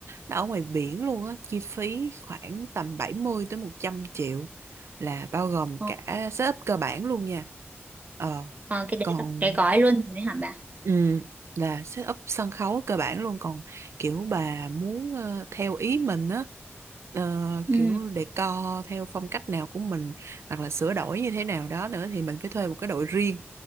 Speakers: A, on the right (about 80°); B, on the right (about 35°).
A: nó ở ngoài biển luôn á, chi phí khoảng tầm 70 tới 100 triệu là bao gồm
B: Ờ,
A: cả setup cơ bản luôn nha. Ờ,
B: ờ, cái đấy
A: còn
B: là cái gói luôn rồi hả bà
A: Ừ, là set up sân khấu cơ bản luôn còn kiểu bà muốn ờ, theo ý mình á ờ,
B: ừ.
A: kiểu decor theo phong cách nào của mình hoặc là sửa đổi như thế nào đó nữa thì mình phải thuê một cái đội riêng